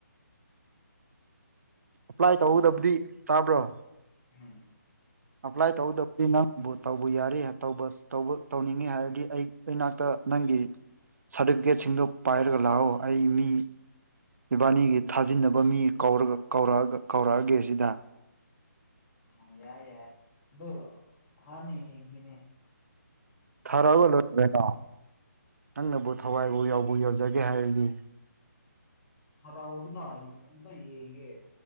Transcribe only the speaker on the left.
ꯎꯝ
ꯎꯝ
ꯎꯝ ꯌꯥꯏ ꯌꯥꯏ ꯑꯗꯣ ꯍꯥꯥꯟ ꯌꯦꯡꯁꯤꯅꯦ
ꯍꯔꯥꯎꯗꯅ ꯑꯝꯇ ꯌꯦꯡꯒꯦ